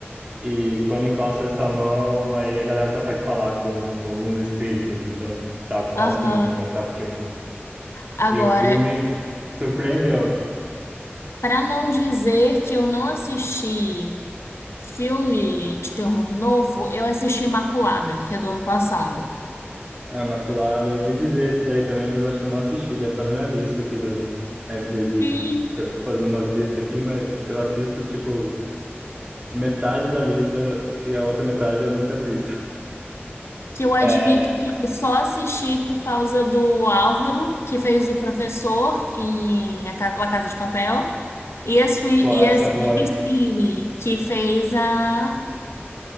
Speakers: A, on the right (about 30°); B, on the left (about 80°).
A: E quando encosta nessa mão, aí a galera consegue falar com, com alguns espíritos. Então, tá,
B: Ah,
A: fala
B: aham.
A: comigo, né? Talk to me.
B: Agora,
A: E o filme surpreendeu.
B: para não dizer que eu não assisti filme de terror novo, eu assisti Imaculada, que é do ano passado.
A: A Imaculada, eu ouvi dizer esse daí também, mas eu acho que eu não assisti. Deve estar na minha lista aqui do IMDb.
B: Sim.
A: Que eu fico fazendo umas listas aqui, mas eu assisto, tipo, metade da lista e a outra metade eu nunca assisto. <laughs>
B: que eu admito
A: É,
B: que eu só assisti por causa do Álvaro, que fez o professor em A Ca- La Casa de Papel, e a Sui-
A: pô,
B: e
A: essa
B: a Sydney
A: é boa, hein?
B: Sweeney, que fez a